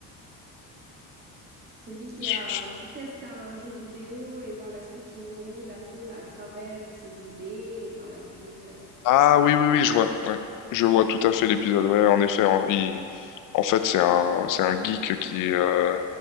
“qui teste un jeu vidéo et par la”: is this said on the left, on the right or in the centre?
Right